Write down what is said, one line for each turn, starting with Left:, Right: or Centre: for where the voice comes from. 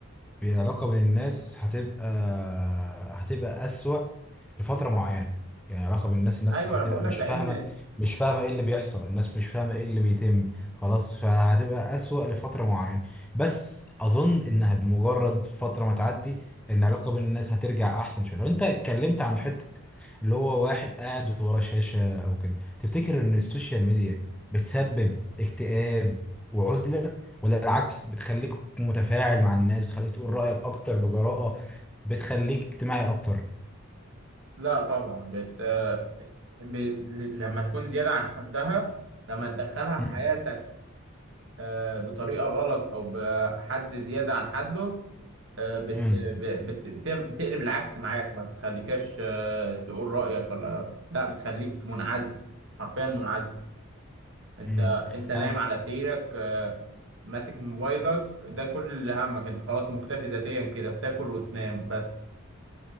Centre: العلاقة بين الناس هتبقى هتبقى أسوأ لفترة
Right: امم
Centre: معينة يعني العلاقة بين الناس الناس
Right: ايوه
Centre: هتبقى
Right: انا بقول لك
Centre: مش
Right: لان
Centre: فاهمة مش فاهمة ايه اللي بيحصل الناس مش فاهمة ايه اللي بيتم خلاص فهتبقى أسوأ لفترة معينة بس أظن إنها بمجرد فترة ما تعدي إن العلاقة بين الناس هترجع أحسن شوية طب أنت اتكلمت عن حتة اللي هو واحد قاعد ورا شاشة أو كده تفتكر إن السوشيال ميديا بتسبب اكتئاب وعزلة ولا العكس بتخليك متفاعل مع الناس بتخليك تقول رأيك أكتر بجراءة بتخليك اجتماعي أكتر
Right: لا طبعا بت... ب... لما تكون زياده عن حدها لما تدخلها في
Centre: مم.
Right: حياتك آه، بطريقه غلط او بحد زياده عن حده آه، بت...
Centre: مم.
Right: ب- بت... بتعم- بتقلب العكس معاك ما بتخليكش آه، تقول رايك ولا لا بتخليك منعزل حرفيا منعزل انت
Centre: مم.
Right: انت نايم
Centre: أنا
Right: على سريرك آه، ماسك موبايلك ده كل اللي همك انت خلاص مكتفي ذاتيا كده بتاكل وتنام بس